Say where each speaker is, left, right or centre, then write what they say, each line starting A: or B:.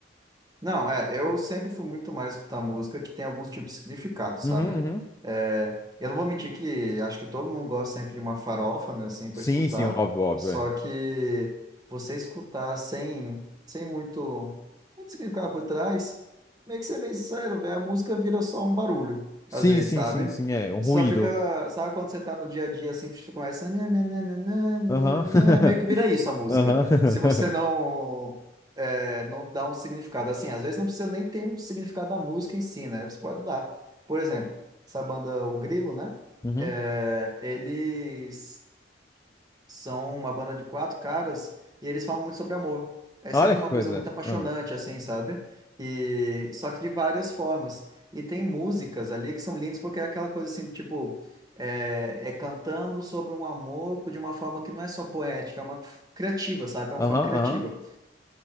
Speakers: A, on the right (about 20°); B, on the left (about 15°).
A: Não, é, eu sempre fui muito mais escutar música que tem alguns tipos de significado, sabe?
B: Uhum, uhum.
A: É, eu não vou mentir que acho que todo mundo gosta sempre de uma farofa, né, assim, para
B: Sim,
A: escutar,
B: sim, óbvio, óbvio,
A: só
B: é.
A: que você escutar sem, sem muito, muito significado por trás, meio que ser bem sincero, velho, a música vira só um barulho,
B: Sim,
A: às vezes,
B: sim,
A: sabe?
B: sim, sim, é. Um
A: Você
B: ruído.
A: só fica, sabe quando você tá no dia a dia, assim, você começa, nananana, nananana,
B: Aham. <laughs>
A: meio que vira isso a música.
B: Aham. <laughs>
A: Se você não é, não dá um significado. Assim, às vezes não precisa nem ter um significado da música em si, né? Você pode dar. Por exemplo, essa banda O Grilo, né?
B: Uhum.
A: É, eles são uma banda de quatro caras e eles falam muito sobre amor. É
B: Olha
A: sempre
B: que
A: uma
B: coisa.
A: coisa muito apaixonante,
B: Ah.
A: assim, sabe? E só que de várias formas. E tem músicas ali que são lindas porque é aquela coisa assim, tipo, é, é cantando sobre um amor de uma forma que não é só poética, é uma f- criativa, sabe? É uma
B: Aham,
A: forma criativa.
B: aham.